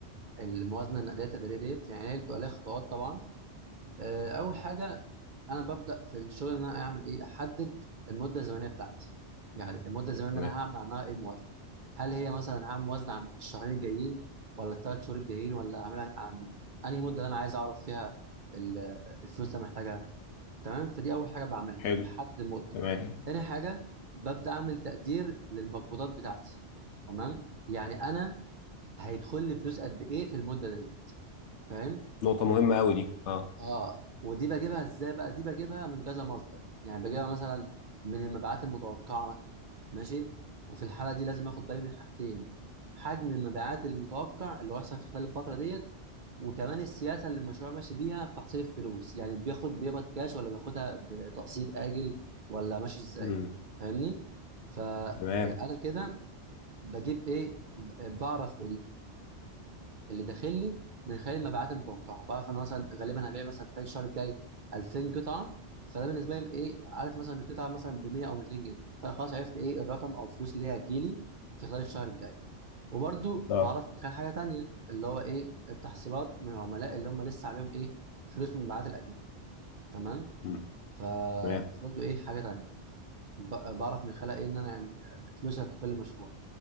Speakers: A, on the right; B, on the left.
A: آه، الموازنه النقديه التقديريه ديت يعني هي بتبقى ليها خطوات طبعا آه، اول حاجه انا ببدا في الشغل ان انا اعمل ايه احدد المده الزمنيه بتاعتي يعني المده الزمنيه اللي
B: تمام
A: انا هعمل عنها ايه الموازنه هل هي مثلا هعمل موازنه عن الشهرين الجايين ولا الثلاث شهور الجايين ولا اعملها عن انهي مده اللي انا عايز اعرف فيها ال- الفلوس اللي أنا محتاجها تمام فدي اول حاجه بعملها
B: حلو
A: بحدد المده
B: تمام
A: تاني حاجه ببدا اعمل تقدير للمقبوضات بتاعتي تمام يعني انا هيدخل لي فلوس قد ايه في المده ديت فاهم
B: نقطه مهمه قوي دي اه
A: اه ودي بجيبها ازاي بقى دي بجيبها من كذا مصدر يعني بجيبها مثلا من المبيعات المتوقعه ماشي وفي الحاله دي لازم اخد بالي من حاجتين حجم المبيعات المتوقع اللي هو هيحصل في خلال الفتره ديت وكمان السياسه اللي المشروع ماشي بيها في تحصيل الفلوس يعني بياخد بيقبض كاش ولا بياخدها بتقسيط اجل ولا ماشي ازاي
B: مم.
A: فاهمني ف
B: تمام
A: يعني انا كده بجيب ايه ب- بعرف اللي داخل لي من خلال المبيعات المتوقعه بعرف انا مثلا غالبا هبيع مثلا خلال الشهر الجاي 2000 قطعه فده بالنسبه لي ايه عارف مثلا القطعه مثلا ب 100 او 200 جنيه فخلاص عرفت ايه الرقم او الفلوس اللي هي هتجيلي في خلال الشهر الجاي وبرده
B: اه
A: بعرف من خلال حاجه تانيه اللي هو ايه التحصيلات من العملاء اللي هم لسه عليهم ايه فلوس من مبيعات الاجنبي تمام
B: مم.
A: فدي
B: تمام
A: برضو ايه حاجه تانيه ب- بعرف من خلال ايه ان انا يعني فلوس هتدخل المشروع